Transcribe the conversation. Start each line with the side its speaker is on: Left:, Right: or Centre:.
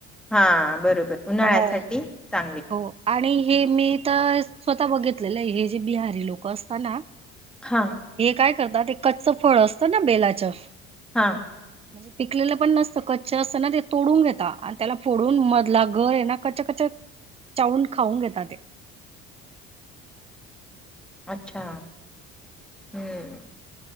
Centre: हा बरोबर उन्हाळ्यासाठी
Right: हो
Centre: चा
Right: हो आणि हे मी तर स्वतः बघितलेलं आहे हे जे बिहारी लोक असतात ना
Centre: हा
Right: हे काय तात कच्च फळ असतं ना बेलाचं
Centre: हां.
Right: म्हणजे पिकलेलं पण नसतं कच्च असतं ना ते तोडून घेता, आणि त्याला फोडून मधला घर आहे ना कच्च्य कच्च चाऊन खाऊन घेता ते.
Centre: अच्छा! हम्म!